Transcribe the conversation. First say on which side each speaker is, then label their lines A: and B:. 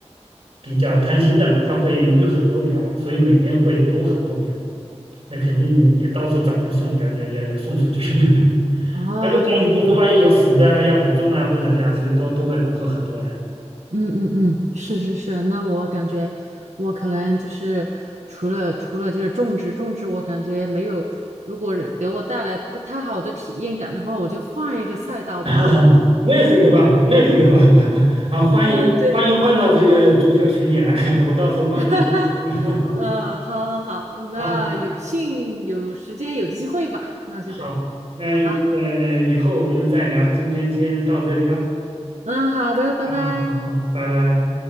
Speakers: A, on the right; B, on the right.
A: 比较贪心的嘛，她会育很多苗，所以每年会多很多苗，那肯定也到处找人送，要要要要送出去。<laughs>
B: 啊，
A: 她就担心，
B: 这样。
A: 就是万一有死的啊要补种啊，或者怎么样，所以都都会搞出很多来。
B: 嗯嗯嗯，是是是，那我感觉我可能就是除了除了就是种植种植，我感觉没有，如果是给我带来不太好的体验感的话，我就换一个赛道吧。
A: <laughs> 那也是一个办法，那也是一个办法 <laughs> 啊！欢迎欢迎换到这个足球群里来，
B: <laughs> 嗯，对，
A: <laughs> 我到时候帮你介绍。
B: <laughs>
A: <laughs>
B: 嗯，好好好，那有幸有时间有机会吧，
A: 好好
B: 那就得
A: 好，那呃，
B: 好吧。
A: 以后我们再聊，今天先到这里吧。
B: 嗯，好的，拜拜。
A: 好好好好，拜拜。